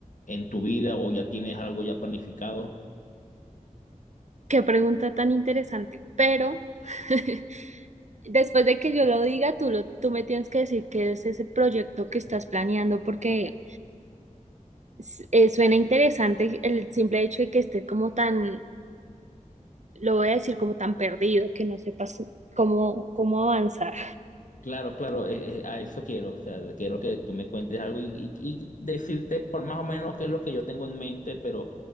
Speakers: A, on the left; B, on the right.
A: en tu vida o ya tienes algo ya planificado.
B: qué pregunta tan interesante. Pero <laughs> después de que yo lo diga, tú, lo, tú me tienes que decir qué es ese proyecto que estás planeando, porque s- eh, suena interesante el simple hecho de que esté como tan, lo voy a decir como tan perdido, que no sepas cómo, cómo avanzar.
A: Claro, claro, eh, eh, a eso quiero. O sea, quiero que tú me cuentes algo y, y- y decirte por más o menos qué es lo que yo tengo en mente, pero